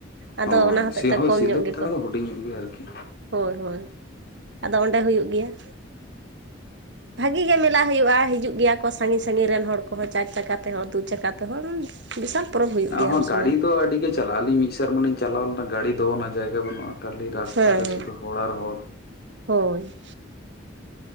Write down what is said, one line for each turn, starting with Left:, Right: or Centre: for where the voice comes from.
Right: ᱟᱫᱚ
Left: ᱦᱳᱭ,
Right: ᱚᱱᱟ ᱦᱚᱛᱮᱡ
Left: ᱥᱮ
Right: ᱛᱮ
Left: ᱦᱳ
Right: ᱠᱚᱢ
Left: ᱥᱤᱞᱫᱟᱹ
Right: ᱧᱚᱜ
Left: ᱯᱟᱛᱟᱷᱟ
Right: ᱜᱮᱠᱚ
Left: ᱠᱷᱚᱱᱫᱚ, ᱦᱩᱰᱤᱧ ᱜᱮᱭᱟ ᱟᱨᱠᱤ᱾
Right: ᱦᱳᱭ ᱦᱳᱭ, ᱟᱫᱚ ᱚᱸᱰᱮ ᱦᱩᱭᱩᱜ ᱜᱮᱭᱟ᱾ ᱵᱷᱟᱹᱜᱤ ᱜᱮ ᱢᱮᱞᱟ ᱦᱩᱭᱩᱜᱼᱟ, ᱦᱤᱡᱩᱜ ᱜᱮᱭᱟ ᱠᱚ ᱥᱟᱺᱜᱤᱧ ᱥᱟᱺᱜᱤᱧ ᱨᱮᱱ ᱦᱚᱲ ᱠᱚᱦᱚᱸ, ᱪᱟᱨ ᱪᱟᱠᱟ ᱛᱮᱦᱚᱸ ᱫᱩ ᱪᱟᱠᱟ ᱛᱮᱦᱚᱸ, ᱵᱤᱥᱟᱞ ᱯᱚᱨᱚᱵᱽ ᱦᱩᱭᱩᱜ ᱜᱮᱭᱟ
Left: ᱦᱚᱸ,
Right: ᱩᱱ
Left: ᱜᱟᱹᱲᱤ
Right: ᱥᱚᱢᱚᱭ
Left: ᱛᱚ ᱟᱹᱰᱤ ᱜᱮᱪ- ᱪᱟᱞᱟᱜᱼᱟ ᱟᱹᱞᱤᱧ ᱢᱤᱫ ᱥᱮᱨᱢᱟ ᱞᱤᱧ ᱪᱟᱞᱟᱣ ᱞᱮᱱᱟ, ᱜᱟᱹᱰᱤ ᱫᱚᱦᱚᱱᱟᱜ ᱡᱟᱭᱜᱟ ᱵᱟᱹᱱᱩᱜᱟ ᱠᱷᱟᱹᱞᱤ ᱨᱟᱥᱛᱟ
Right: ᱦᱮᱸ
Left: ᱨᱮ
Right: ᱦᱮᱸ
Left: ᱥᱩᱫᱷᱩ ᱦᱚᱲ ᱟᱨ ᱦᱚᱲ᱾
Right: ᱦᱳᱭ᱾